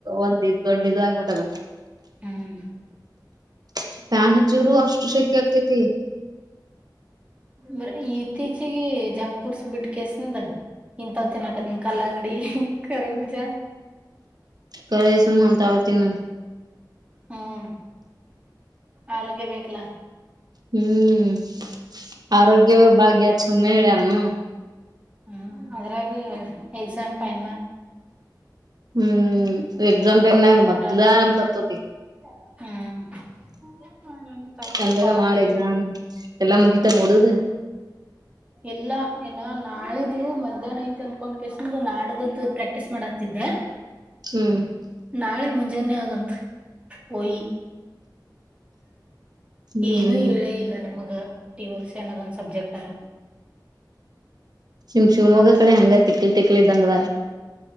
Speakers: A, on the right (about 60°); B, on the right (about 15°).
A: ಒಂದ್ ದೊಡ್ಡ ಇ ಆಗ್ಬಿಟ್ಟಲ್ಲ
B: ಹ್ಮ್
A: ಹ ಬನ್ ಹಚ್ಚುರು ಅಷ್ಟ ಶಿಕ್ಷಾರ್ತತಿ
B: ಬ್ರ ಇತ್ತೀಚಗ ಜಂಕ್ ಫುಡ್ಸ್ ಬಿಡ್ ಕಸನದ ಇಥವತನ್ ಆಕತ್ತನ್ ಕಲ್ಲಂಗಡಿ ಕರ್ಬೀಜ
A: ಕಸು ನಮಂತಾವತಿನ್ನು
B: ಹ್ಮ್ ಆರೋಗ್ಯ ಬೇಕಲ್ಲಾ
A: ಹ್ಮ್ ಆರೋಗ್ಯ ಭಾಗ್ಯ ಸನ್ನ ಹೇಳ್ಯನು
B: ಹ್ಮ ಅದ್ರಾಗ ಎಕ್ಸಾಮ್ ಟೈಮ್
A: ಹ್ಮ್ ಎಕ್ಸಾಮ ೈಮ ನಾಗ ಮದಲು
B: ಆರಾಮ್
A: ಆರಾಮ ಸತತಿ
B: ಹ್ಮ್ ಆರಾಮ್ ತಪ್ಪಬಾರ್ದು
A: ಸಂದಕ ಮಾಡಡು ಎಕ್ಸಾಮ ಎಲ್ಲಾ ಮುಗಿತ ಹದದು
B: ಎಲ್ಲ ಏನ ನಾಳಿದ್ದು ಮಧ್ಯಾಹ್ನ ಐತ್ ಅನ್ಕೊಂಡ್ ಕಸ್ದ ನಾಡ್ದ್ದ ಪ್ರಾಕ್ಟೀಸ್ ಮಾಡತಿದ್ದೆ
A: ಹ್ಮ್
B: ನಾಳೆ ಮುೆ ಜನ್ಯ ಆದದಂ ಹಯಿ
A: ಹ್ಮ್
B: ಏನುೂ ಹೇಳೇ ಇಲ್ಲ ನಮಗ ಟಿಒ ಸಿ ಅನ್ನೋದ ಒಂದ್ ಸಬ್ಜೆಕ್ಟ್ ತರ
A: ಶಿಮ್ ಶಿವಮೊಗ್ಗ ಕಡೆ ಹಂಗ ತಿಕ್ಲಿ ತಿಕ್ಳ ಇದ್ದಂಗದಾರ